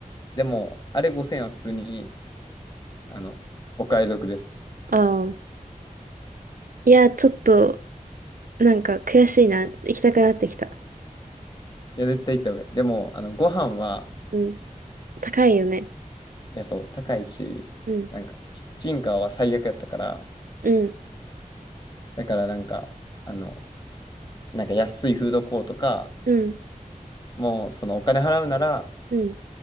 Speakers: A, on the left; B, on the right.
A: でも、あれ5000円は普通に、あの、お買い得です。
B: ああ。いや、ちょっと、なんか悔しいな。行きたくなってきた。
A: いや、絶対行った方がいい。でも、あの、ご飯は、
B: うん。高いよね。
A: いや、そう、高いし、
B: うん。
A: なんか、キッチンカーは最悪やったから、
B: うん。
A: だからなんか、あの、なんか安いフードコートか、
B: うん。
A: もう、そのお金払うなら、
B: うん。